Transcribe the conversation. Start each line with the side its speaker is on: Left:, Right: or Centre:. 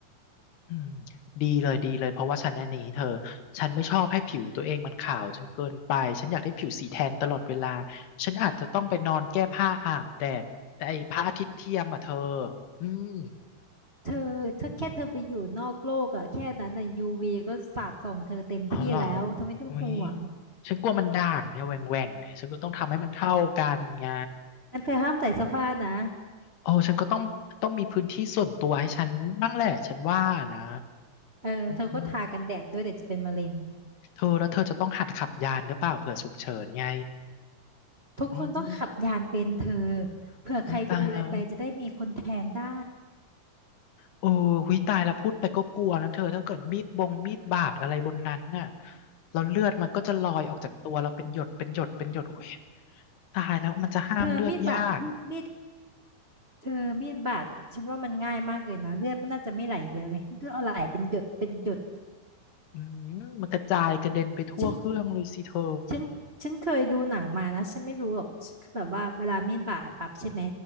Left: อืมดีเลยดีเลยเพราะว่าฉันอันนี้เธอฉันไม่ชอบให้ผิวตัวเองมันขาวจนเกินไปฉันอยากได้ผิวสีแทนตลอดเวลาฉันอาจจะต้องไปนอนแก้ผ้าอาบแดดแต่ไอ้พระอาทิตย์เทียมอ่ะเธออืม
Right: เธอถ้าแค่เธอไปอยู่นอกโลกอะแค่นั้นอะยูวีก็สาดส่องเธอเต็มที่แล้วเธอไม่ต้องห่วง
Left: เอาเหรอโอ้ยฉันกลัวมันด่างเนี่ยแหว่งแหว่งเนี่ยฉันก็ต้องทำให้มันเท่ากันไง
Right: อันเธอห้ามใส่เสื้อผ้านะ
Left: โอ้ฉันก็ต้องต้องมีพื้นที่ส่วนตัวให้ฉันบ้างแหละฉันว่านะ
Right: เออเธอก็ทากันแดดด้วยเดี๋ยวจะเป็นมะเร็ง
Left: อืมเธอแล้วเธอจะต้องหัดขับยานหรือเปล่าเผื่อฉุกเฉินไง
Right: ทุกคนต้องขับยานเป็นเธอ
Left: อืม
Right: เผื่อใครเป็นอะไรไปจะได้มีคนแทนได้
Left: โอ้ยตายแล้ว โอ้หุยตายแล้วพูดไปก็กลัวนะเธอถ้าเกิดมีดบงมีดบาดอะไรบนนั้นน่ะแล้วเลือดมันก็จะลอยออกจากตัวเราเป็นหยดเป็นหยดเป็นหยดโอ้ยตายแล้วมันจะห้ามเลือดยาก
Right: เธอมีดบาดมีดเธอมีดบาดฉันว่ามันง่ายมากเลยนะเลือดมันน่าจะไม่ไหลเยอะไงก็เอาไหลเป็นหยดเป็นหยด
Left: อืมมันกระจายกระเด็นไปทั่วเครื่องเลยสิเธอ
Right: ฉันฉันฉันเคยดูหนังมานะฉันไม่รู้หรอกคือแบบว่าเวลามีดบาดปั๊บใช่ไหม